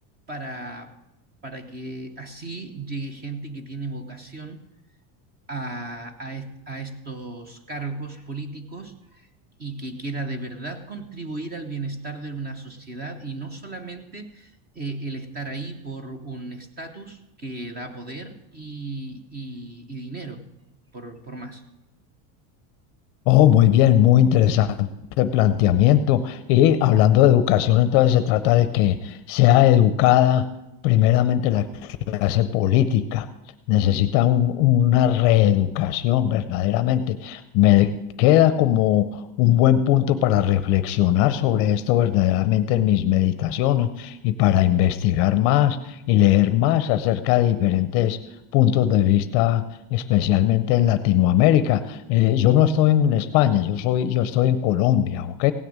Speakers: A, on the right; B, on the left.
A: para, para que así llegue gente que tiene vocación a, a est- a estos cargos políticos y que quiera de verdad contribuir al bienestar de una sociedad y no solamente eh, el estar ahí por un estatus que da poder y, y- y dinero, por, por más.
B: Oh, muy bien, muy interesante planteamiento. Y hablando de educación, entonces se trata de que sea educada primeramente la clase política. Necesita un- una reeducación verdaderamente. Me queda como un buen punto para reflexionar sobre esto verdaderamente en mis meditaciones y para investigar más y leer más acerca de diferentes puntos de vista, especialmente en Latinoamérica. Eh, yo no estoy en España, yo soy, yo estoy en Colombia, ¿ok?